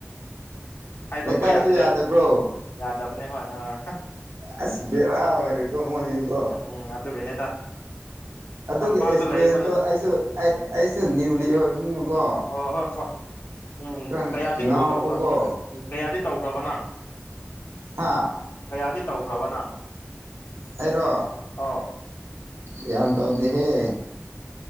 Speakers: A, on the left (about 60°); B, on the right (about 70°).
A: ꯍꯥꯏꯗꯣꯛꯄ
B: ꯂꯩꯀꯥꯏꯁꯨ
A: ꯌꯥꯗ꯭ꯔꯦ
B: ꯌꯥꯗꯕ꯭ꯔꯣ
A: ꯌꯥꯗꯕꯅꯦ ꯍꯣꯏ ꯑꯥ
B: ꯑꯁ ꯕꯔꯥ ꯑꯣꯏꯔꯦꯀꯣ ꯃꯣꯏꯁꯤꯀꯣ꯫
A: ꯎꯝ ꯑꯗꯨꯒꯤꯅꯤꯗ꯫
B: ꯑꯗꯨꯒꯤ
A: ꯇꯝꯄꯥꯛꯇ
B: ꯑꯦꯛꯁꯄꯔꯤꯌꯦꯟꯁꯇꯣ
A: ꯂꯩꯕꯅ
B: ꯑꯩꯁꯨ
A: ꯎꯝ
B: ꯑꯩ ꯑꯩꯁꯨ ꯅ꯭ꯌꯨꯂꯤ ꯑꯣꯏꯕꯅꯤꯅꯀꯣ꯫
A: ꯑꯣ ꯍꯣꯏ ꯐꯣꯏ ꯎꯝ
B: ꯈꯔ
A: ꯀꯌꯥꯗꯤ
B: ꯉꯥꯎꯕꯀꯣ
A: ꯀꯣꯜ ꯇꯧꯈ꯭ꯔ ꯎ ꯀꯌꯥꯗꯤ ꯇꯧꯈ꯭ꯔꯕ ꯅꯪ꯫
B: ꯍꯥꯥ
A: ꯀꯌꯥꯗꯤ ꯇꯧꯈ꯭ꯔꯕ ꯅꯪ꯫
B: ꯑꯩꯔꯣ꯫
A: ꯑꯥꯎ
B: ꯒ꯭ꯌꯥꯟ ꯇꯥꯗꯦꯍꯦ